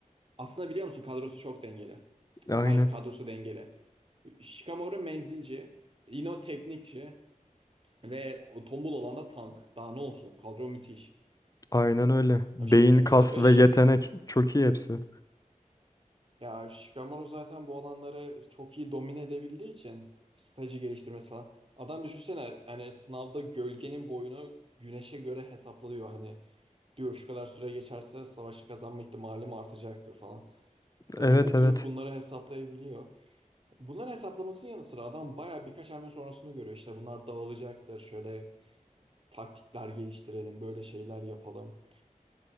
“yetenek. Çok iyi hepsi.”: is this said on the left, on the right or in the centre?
Left